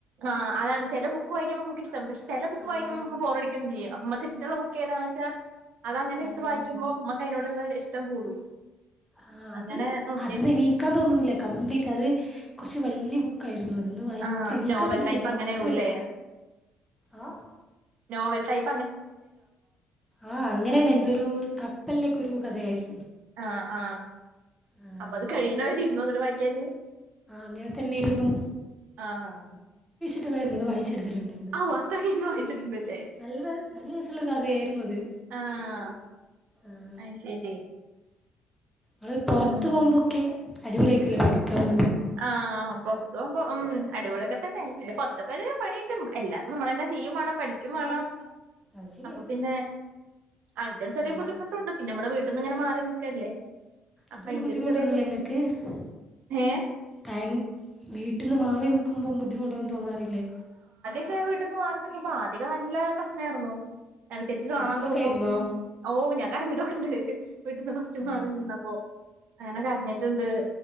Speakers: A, on the right; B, in the centre.
A: ആ അതാണ് ചെല ബുക്ക് വായിക്കുമ്പമ്മക്കിഷ്ടാവും പക്ഷെ ചെല ബുക്ക്
B: ആഹ്
A: വായിക്കുപോ അമ്മക്ക് ബോറടിക്കും ചെയ്യും മ്മക്ക് ഇഷ്ടള്ള ബുക്കേതാണ് വെച്ചാ അത് അങ്ങനെട്ത്ത്
B: ഉം
A: വായിക്കുമ്പോ മ്മക്കയിനോട്ള്ളെ ഇഷ് ഷ്ടം കൂടും
B: ആഹ്
A: അങ്ങനെ
B: അത്
A: നോക്കിയാ
B: അതീന്നെണീക്കാൻ
A: മതി
B: തോനൂല കംപ്ലീറ്റ് അത് കൊറച്ച് വല്ല്യേ ബുക്ക്‌ ക്കായിരുന്നു അതൊന്ന് വായിച്ച്
A: ആഹ്
B: എണീക്കാൻ
A: നോവൽ
B: പറ്റുന്നില്ല
A: ടൈപ്പ് അങ്ങനെയാവുല്ലേ
B: അത്രേ ആ
A: നോവൽ ടൈപ്
B: ആ അങ്ങനെണ് എന്തൊരു കപ്പലിലേക്കൊ ഒരു കഥയായിരുന്നു
A: ആ ആ
B: ആഹ്
A: അപ്പൊ
B: അങ്ങനെ
A: അത്
B: എന്തൊരു
A: കഴിയുന്നവര്
B: കഥ ആഹ്
A: ഇര്ന്നോ ന്ന്ട്ട് വായിക്കാന്
B: അങ്ങനെ തന്നെ ഇരുന്നു
A: ആഹ്
B: <unintelligible> അത് വായിച്ചു ഇട്ത്ത്ട്ട്ണ്ടായിര്ന്നു
A: ഔ അത്രക്കിരുന്ന് വായിച്ചിട്ടുണ്ടല്ലേ
B: നല്ല നല്ല രസള്ളൊരു കഥയായിര്ന്നു അത്
A: ആഹ്
B: ആ
A: അയ്ശരി
B: ങ്ങള് പൊറത്ത്
A: ഉം
B: പോകുമ്പൊക്കെ അടിപൊളിആയിരിക്കുല്ലേ പഠിത്തം
A: ആഹ് പൊറത്ത് പോകുമ്പോ മ് അടിപൊളിയക്കെ ല്ല പിന്നെ കൊർച്ചോക്കൊര് പണിണ്ട് എല്ലാതും മ്മളെന്നെ ചെയ്യും വാണം പഠിക്കും വാണം
B: അത് ശരിയാ
A: അപ്പ പിന്നെ ഐന്റെ ചെറിയൊരു
B: ആഹ്
A: ബുദ്ധിമുട്ട്ണ്ട് പിന്നമ്മളെ പെട്ടന്ന്ങ്ങനെ മാറി നിൽക്കല്ലേ അപ്പ
B: അതൊരു
A: ഐന്റെ
B: ബുദ്ധിമുട്ടൊന്നുമില്ല
A: ഒരു ചെറിയ ബുദ്ധിമുട്ട്
B: നിങ്ങൾക്ക്
A: ഏ
B: താങ് വീട്ടിന്ന് മാറി നിക്കുഭം ബുദ്ധിമുട്ടൊന്നും തോന്നാറില്ലേ
A: ക്കെ വീട്ടിൽന്ന് മാറിനിക്കുമ്പ ആദ്യോക്കെ നല്ല പ്രശ്നായിര്ന്നു. എടക്കെടക്ക് കാണാൻ
B: കരച്ചിലൊക്കെ
A: തോന്നും
B: ആയിരുന്നോ
A: ഓ ഞാൻ കരഞ്ഞിട്ടൊക്കെ ഇണ്ട് വീട്ടിന്ന് ഫസ്റ്റ്
B: ഓ
A: മാറി നിന്നപ്പോ അങ്ങനെ കരഞ്ഞട്ടിണ്ട്.